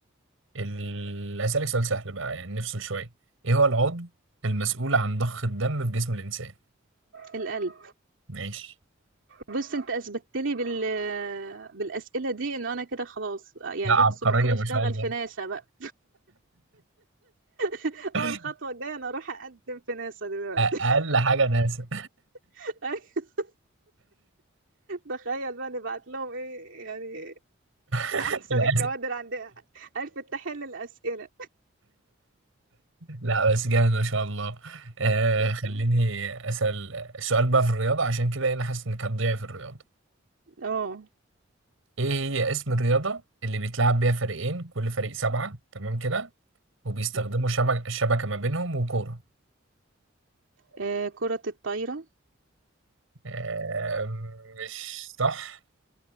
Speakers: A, on the right (about 85°); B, on the right (about 70°).
A: ال... هسألك سؤال سهل بقى يعني نفصل شوية ايه هو العضو المسؤول عن ضخ الدم في جسم الإنسان
B: القلب
A: ماشي
B: بص انت اثبتت لي بال... بالاسئله دي انه انا كده خلاص يعني
A: لا عبقرية
B: بص المفروض
A: ما
B: اشتغل
A: شاء الله
B: في ناسا بقى <laughs>
A: <laughs>
B: اه الخطوه الجايه انا اروح اقدم في ناسا دلوقتي
A: أقل حاجة ناسا
B: <laughs> تخيل بقى نبعت لهم ايه يعني
A: <laughs>
B: احسن
A: للأسف
B: الكوادر عندها عرفت تحل الاسئله
A: لا بس جامد ما شاء الله آه
B: شكرا
A: خليني أسأل السؤال بقى في الرياضة عشان كده أنا حاسس إنك هتضيع في الرياضة
B: اه
A: إيه هي اسم الرياضة اللي بيتلعب بيها فريقين كل فريق سبعة تمام كده وبيستخدموا
B: مم.
A: شبك شبكة ما بينهم وكورة
B: آه، كرة الطايرة
A: آه مش صح